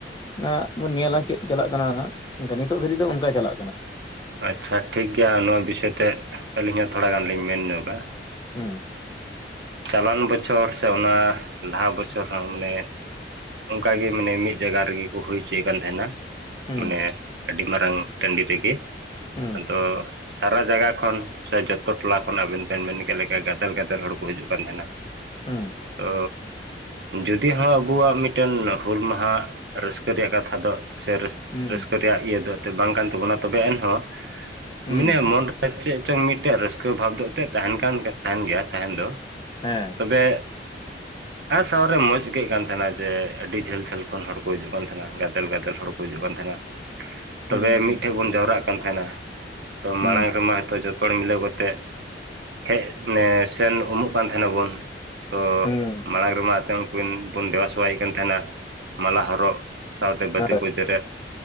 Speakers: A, on the left; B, on the right.
A: ᱚᱱᱟ ᱵᱚᱱ ᱧᱮᱞᱟ ᱪᱮᱫ ᱪᱟᱞᱟᱜ ᱠᱟᱱᱟ ᱱᱟᱦᱟᱜ ᱢᱮᱱᱠᱟᱷᱟᱱ ᱱᱤᱛᱳᱜ ᱫᱷᱟᱹᱨᱤᱡ ᱫᱚ ᱚᱱᱠᱟ ᱪᱟᱞᱟᱜ ᱠᱟᱱᱟ ᱾
B: ᱟᱪᱪᱷᱟ ᱴᱷᱤᱠᱜᱮᱭᱟ ᱱᱚᱣᱟ ᱵᱤᱥᱚᱭ ᱛᱮ ᱟᱹᱞᱤᱧ ᱦᱚᱸ ᱛᱷᱚᱲᱟ ᱜᱟᱱ ᱞᱤᱧ ᱢᱮᱱ ᱧᱚᱜᱟ ᱾
A: ᱦᱩᱸ
B: ᱪᱟᱞᱟᱣᱮᱱ ᱵᱚᱪᱷᱚᱨ ᱥᱮ ᱚᱱᱟ ᱞᱟᱦᱟ ᱵᱚᱪᱷᱚᱨ ᱦᱚᱸ ᱢᱟᱱᱮ ᱚᱱᱠᱟᱜᱮ ᱢᱟᱱᱮ ᱢᱤᱫ ᱡᱟᱭᱜᱟ ᱨᱮᱜᱮ ᱠᱚ ᱦᱩᱭ ᱦᱚᱪᱚᱭᱮ ᱠᱟᱱ ᱛᱟᱦᱮᱱᱟ
A: ᱦᱩᱸ
B: ᱢᱟᱱᱮ ᱟᱹᱰᱤ ᱢᱟᱨᱟᱝ ᱴᱟᱺᱰᱤ ᱨᱮᱜᱮ,
A: ᱦᱩᱸ
B: ᱟᱫᱚ ᱥᱟᱨᱟ ᱡᱟᱜᱟ ᱠᱷᱚᱱ ᱥᱮ ᱡᱚᱛᱚ ᱴᱚᱞᱟ ᱠᱷᱚᱱ ᱟᱵᱮᱱ ᱵᱮᱱ ᱢᱮᱱ ᱠᱮᱫ ᱞᱮᱠᱟ ᱜᱟᱫᱮᱞ ᱜᱟᱫᱮᱞ ᱦᱚᱲ ᱠᱚ ᱦᱤᱡᱩᱜ ᱠᱟᱱ ᱛᱟᱦᱮᱱᱟ ᱾
A: ᱦᱩᱸ
B: ᱛᱚᱻ ᱡᱩᱫᱤ ᱦᱚᱸ ᱟᱵᱚᱣᱟᱜ ᱢᱤᱫ ᱴᱮᱱ ᱦᱩᱞ ᱢᱟᱦᱟ ᱨᱟᱹᱥᱠᱟᱹ ᱨᱮᱭᱟᱜ ᱠᱟᱛᱷᱟ ᱫᱚ ᱥᱮ ᱨᱟᱹᱥ
A: ᱦᱩᱸ
B: ᱨᱟᱹᱥᱠᱟᱹ ᱨᱮᱭᱟᱜ ᱤᱭᱟᱹ ᱫᱚ ᱛᱮ ᱵᱟᱝ ᱠᱟᱱ ᱛᱟᱵᱚᱱᱟ ᱛᱚᱵᱮ ᱮᱱᱦᱚᱸ
A: ᱦᱩᱸ
B: ᱢᱮᱱᱮ ᱢᱚᱱᱨᱮ ᱪᱮᱫ ᱪᱚᱝ ᱢᱤᱫᱴᱮᱡ ᱨᱟᱹᱥᱠᱟᱹ ᱵᱷᱟᱵᱽ ᱫᱚ ᱮᱛᱮᱫ ᱛᱟᱦᱮᱱ ᱠᱟᱱ ᱛᱟᱦᱮᱱ ᱜᱮᱭᱟ ᱛᱟᱦᱮᱱ ᱫᱚ
A: ᱦᱮᱸ
B: ᱛᱚᱵᱮ ᱟ ᱥᱟᱶᱨᱮ ᱢᱚᱡᱽ ᱟᱹᱭᱠᱟᱹᱜ ᱠᱟᱱ ᱛᱟᱦᱮᱱᱟ᱾ ᱡᱮ ᱟᱹᱰᱤ ᱡᱷᱟᱹᱞ ᱡᱷᱟᱹᱞ ᱠᱷᱚᱱ ᱦᱚᱲ ᱠᱩ ᱦᱤᱡᱩᱜ ᱠᱟᱱ ᱛᱟᱦᱮᱱᱟ ᱜᱟᱫᱮᱞ ᱜᱟᱫᱮᱞ ᱦᱚᱲ ᱠᱩ ᱦᱤᱡᱩᱜ ᱠᱟᱱ ᱛᱟᱦᱮᱱᱟ ᱾ ᱛᱚᱵᱮ
A: ᱦᱩᱸ ᱦᱩᱸ
B: ᱢᱤᱫ ᱴᱷᱮᱱ ᱵᱚᱱ ᱡᱟᱣᱨᱟᱜ ᱠᱟᱱ ᱛᱟᱦᱮᱱᱟ ᱛᱚ
A: ᱦᱩᱸ
B: ᱢᱟᱲᱟᱝ ᱨᱮᱢᱟ <unintelligible> ᱡᱚᱛᱚ ᱦᱚᱲ ᱢᱤᱞᱟᱹᱣ ᱠᱟᱛᱮ ᱦᱮᱡ ᱱᱮ ᱥᱮᱱ ᱩᱢᱩᱜ ᱠᱟᱱ ᱛᱟᱦᱮᱱᱟ ᱵᱚᱱ ᱾ ᱛᱚ
A: ᱦᱩᱸ
B: ᱢᱟᱲᱟᱝ ᱨᱮᱢᱟ ᱮᱛᱚᱢ <unintelligible> <unintelligible> ᱠᱟᱱ ᱛᱟᱦᱮᱱᱟ ᱢᱟᱞᱟ ᱦᱚᱨᱚᱜ ᱥᱟᱶᱛᱮ ᱵᱟᱹᱛᱤ
A: ᱦᱳᱭ
B: ᱠᱚ ᱡᱮᱨᱮᱫ